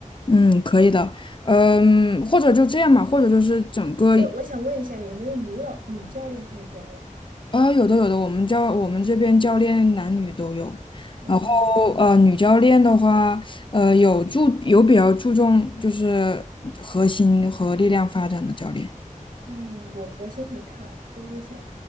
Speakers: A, on the left; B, on the right.
A: 嗯，可以的。嗯，或者就这样嘛，或者就是整个
B: 哎，我想问一下，有没有女老女教练可以教啊？
A: 啊，有的有的，我们教我们这边教练男女都有，
B: 嗯
A: 然后呃，女教练的话，呃，有注有比较注重就是核心和力量发展的教练。
B: 嗯，我核心很差，就是想